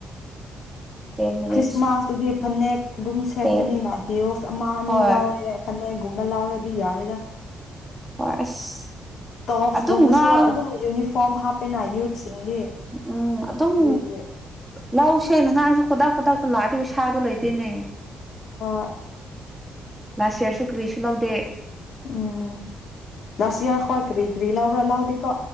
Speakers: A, in the centre; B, on the left.
A: ꯇꯦꯟ ꯃꯤꯅꯤꯠꯁ
B: ꯈ꯭ꯔꯤꯁꯃꯥꯁꯇꯗꯤ ꯐꯅꯦꯛ ꯑꯗꯨꯝ ꯁꯦꯠꯄꯅꯤꯅ
A: ꯇꯦꯟ
B: ꯑꯩ ꯄꯔꯣꯁ ꯑꯃ ꯑꯅꯤ
A: ꯍꯣꯏ
B: ꯂꯥꯎꯔꯦ ꯐꯅ ꯨꯝꯃꯅ ꯂꯥꯎꯎꯔꯗꯤ ꯌꯥꯔꯦꯒ
A: ꯑꯁ
B: ꯇꯣꯞꯁꯀꯨꯝꯕꯁꯨ
A: ꯑꯗꯨꯝ ꯉꯥꯡ
B: ꯑꯗꯨꯝ ꯌꯨꯅꯤꯐꯣꯔꯝ ꯍꯥꯞꯄꯦꯅ ꯌꯨꯠꯁꯤꯡꯗꯤ
A: ꯎꯝ ꯑꯗꯨꯝ
B: ꯑꯗꯨꯒꯤ
A: ꯂꯧꯁꯦ ꯅꯍꯥꯁꯨ ꯈꯨꯗꯥꯛ ꯈꯨꯗꯥꯛꯇ ꯂꯥꯛꯑꯗꯤ ꯄꯤꯁꯥꯗꯣ ꯂꯩꯇꯦꯅꯦ
B: ꯑ
A: ꯂꯦꯁꯌꯔ ꯀ꯭ꯔꯤꯁꯨꯨ ꯂꯥꯎꯗꯦ
B: ꯎꯝ ꯗꯁ ꯌꯥꯔ ꯈꯣ ꯀꯔꯤ ꯀꯔꯤ ꯂꯑꯣꯕ꯭ꯔꯥ ꯂꯥꯑꯣꯗꯤꯀꯣ